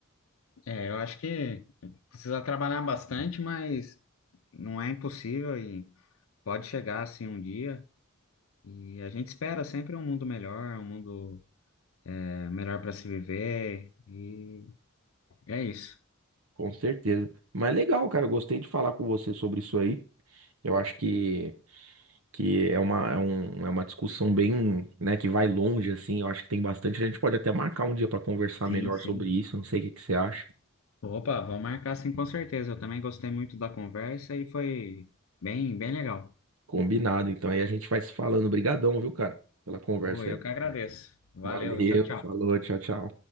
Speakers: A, on the left; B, on the right.
A: É, eu acho que precisa trabalhar bastante, mas não é impossível e pode chegar assim um dia. E a gente espera sempre um mundo melhor, um mundo é, melhor para se viver. E é isso.
B: Com certeza. Mas legal, cara, eu gostei de falar com você sobre isso aí. Eu acho que que é uma, é um, é uma discussão bem, né, que vai longe, assim, eu acho que tem bastante, a gente pode até marcar um dia para conversar
A: Sim,
B: melhor
A: sim.
B: sobre isso, não sei o que que você acha.
A: Opa, vamos marcar sim, com certeza. Eu também gostei muito da conversa e foi bem, bem legal.
B: Combinado, então aí a gente vai se falando. Obrigadão, viu, cara, pela conversa
A: Oi,
B: aí.
A: eu que agradeço. Valeu,
B: Valeu,
A: tchau, tchau.
B: falou, tchau, tchau.